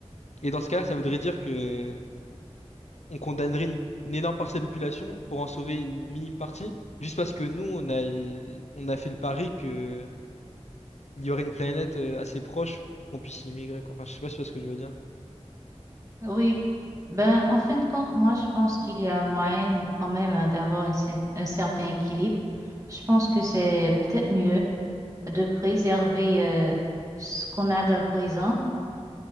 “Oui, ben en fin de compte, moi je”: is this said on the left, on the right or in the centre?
Right